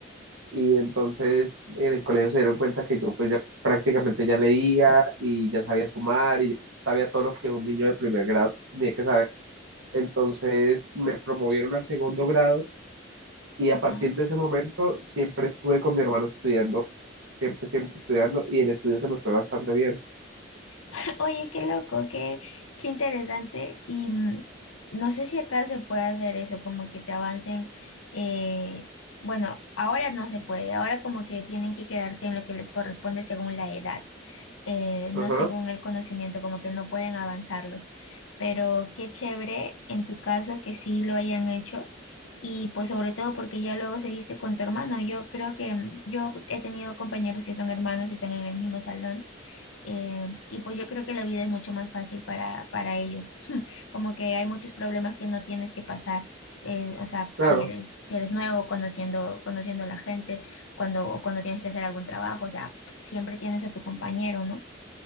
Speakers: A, on the right (about 85°); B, on the left (about 80°).
A: y entonces en el colegio se dieron cuenta que yo pues ya prácticamente ya leía y ya sabía sumar y ya sabía todo lo que un niño de primer grado tenía que saber. Entonces me promovieron al segundo grado Y
B: ¿no?
A: a partir de ese momento siempre estuve con mi hermano estudiando, siempre, siempre estudiando y el estudio se me fue bastante bien.
B: <laughs> Oye, qué loco, qué, qué interesante. Y mm, no sé si acá se puede hacer eso, como que te avancen. eh, bueno, ahora no se puede, ahora como que tienen que quedarse en lo que les corresponde según la edad. eh,
A: Ajá,
B: no según el conocimiento, como que no pueden avanzarlos. Pero qué chévere en tu caso que sí lo hayan hecho y pues sobre todo porque ya luego seguiste con tu hermano. Yo creo que mm, yo he tenido compañeros que son hermanos, están en el mismo salón eh, y pues yo creo que la vida es mucho más fácil para, para ellos, <laughs> como que hay muchos problemas que no tienes que pasar. eh, o sea, si
A: claro.
B: eres, si eres nuevo, conociendo, conociendo a la gente, cuando, cuando tienes que hacer algún trabajo, o sea, siempre tienes a tu compañero, ¿no?